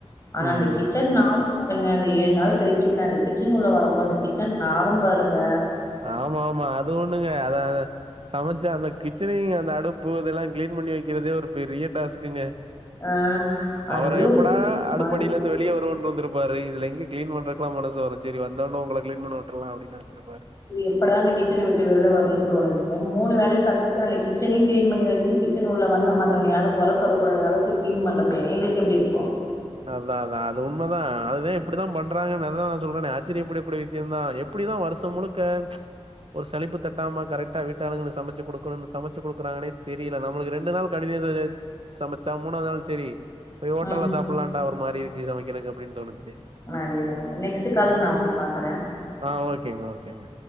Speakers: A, on the left; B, on the right.
A: ஆனா
B: ம்
A: அந்த கிச்சன் நாரு பாருங்க அந்த ஏழு நாள் கழிச்சு நா அந்த கிச்சன் உள்ள வரும்போது அந்த கிச்சன் நாரும் பாருங்க
B: ஆமா ஆமா அது ஒண்ணுங்க அத சமைச்சா அந்த கிச் ச்சனையு அந்த அடுப்பு இதெல்லா கிளீன் பண்ணி வைக்கிறதே ஒரு பெரிய டாஸ்க்குங்க
A: ஆ ஐயோ
B: அவர எப்படா அடுப்படில
A: மறுபடி
B: இருந்து வெளிய வ வோன்ருந்திருப்பாரு இதுல எங்க கிளீன் பண்றக்லா மனசு வரு செரி வந்த ஒட்ன உங்கள கிளீன் பண்ண விட்டுர்லா அப்டின்னு நெனச்சிருப்பாரு
A: எப்படா அந்த கிச்சன விட்டு வெள்ள வரணுன் தோணுதுங்க மூணு வேல சமைக் ட்டு அந்த கிச்சனையு கிளீன் பண்ணி வச்ட்டு கிச்சன் உள்ள வந்தா மத்தவங்க யாரும் கொற சொல்ல கூடாத அளவுக்கு கிளீன் பண் றமே எங்களுக்கு எப்டி இருக்கூ
B: அதா அதா அது உண்மதா அதேன் எப்டிதா பண்றாங்குன்னு அதா நா சொல்றனே ஆச்சரியப்படி கூடிய விஷயந்தா எப்டிதா வருஷம் முழுக்க ஒரு சலிப்பு தட்டாம கரெக்டா வீட்டாளுங்களுக்கு சமைச்சு குடுக்கணுன்னு சமைச்சு குடுக்குறாங்கன்னே தெரியில நம்மளுக்கு ரெண்டு நாள் கண்டினியூஸ்ஸா சமச்சா மூணாது நாள் செரி போய் ஓட்டல்ல
A: ம்
B: சாப்புல்லாண்டா ஒரு மாரி இருக்கு சமைக்கிறக்கு அப்டின் தோணுது
A: அதேதா அதே நெக்ஸ்ட் கால்ல
B: அது
A: நா ஒங்கள பாக்குறே
B: ஆ ஓகேங்க ஓகேங்க